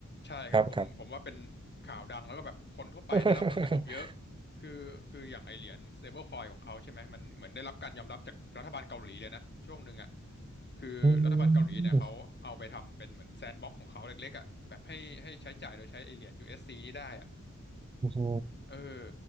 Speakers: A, on the left (about 35°); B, on the right (about 20°).
A: ใช่ครับผมผมว่าเป็นข่าวดังแล้วก็แบบคนทั่วไปได้รับผลกระทบเยอะ
B: ครับครับ <laughs>
A: คือคืออย่างไอเหรียญ stablecoin ของเขาใช่ไหมมันเหมือนได้รับการยอมรับจากรัฐบาลเกาหลีเลยนะช่วงหนึ่งอ่ะคือรัฐบาลเกาหลีเนี่ยเขาเอาไปทำเป็นเหมือนแซนด์บ็อกของเขาเล็กๆอ่ะแบบให้ให้ใช้จ่ายโดยใช้ไอเหรียญ
B: อืม
A: USC นี่ได้อ่ะ
B: โอ้โห
A: เออ